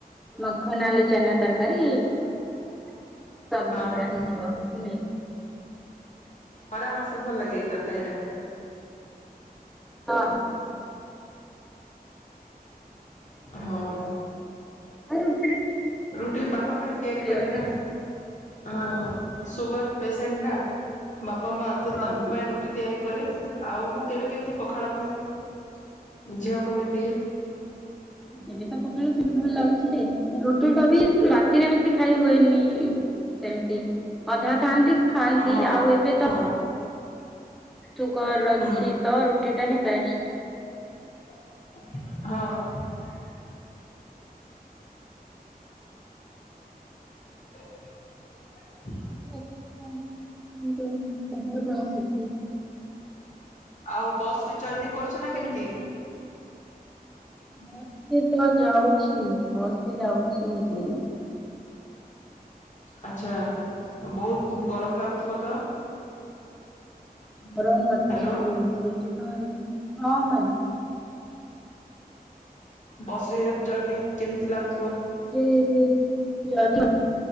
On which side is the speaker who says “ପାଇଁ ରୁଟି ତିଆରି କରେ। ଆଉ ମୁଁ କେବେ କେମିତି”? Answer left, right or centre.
Left